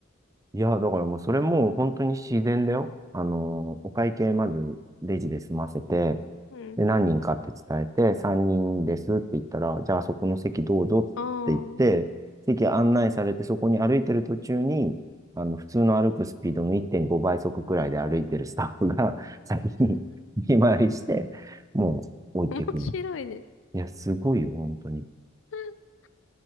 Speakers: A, on the right; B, on the left.
A: いや、だからもうそれもう本当に自然だよ。あの、お会計まずレジで済ませて、
B: うん。
A: で、何人かって伝えて、3人ですって言ったら、じゃあそこの席どうぞって言って、
B: ああ、
A: 席案内されて、そこに歩いてる途中に、あの、普通の歩くスピードの1.5倍速くらいで歩いてるスタッフが <laughs> 先に見回りして、もう置いてくの。
B: 面白いね。
A: いや、すごいよ、本当に。
B: <laughs>